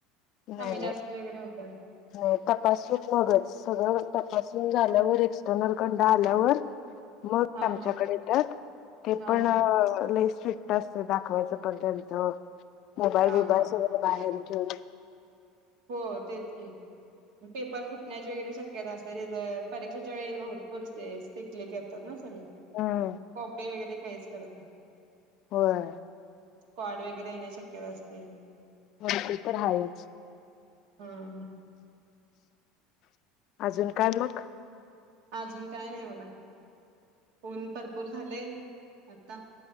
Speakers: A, on the left; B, on the right.
A: नाही
B: कमी जास्त
A: नाही
B: वगैरे होतात
A: नाही तपासून मगच सगळं तपास झाल्यावर एक्टर्नल कंडा आल्यावर मग
B: हा
A: आमच्याकडे
B: हा
A: येत ते
B: हा
A: पण
B: हा
A: फि्ट असत दाखवायचं पण त्यांचं मोबाईल
B: हा
A: बीबाईल
B: हा
A: सगळं बाहेर ठेवून
B: हो तेच पेपर फुटण्याचे वगैरे शक परीक्षेच्या वेळी भरपूर्टिकलीिक येतात ना सगळे
A: हम्म
B: कॉपे वगैरे काहीच करत नाही
A: होय
B: स्क्वॉड वगैरे येण्याची शक्यता असते
A: हो ते तर आहेायच
B: हम्म
A: अजून काय मग
B: अजून काय नाही बघा फोन भरपूर झालेय आता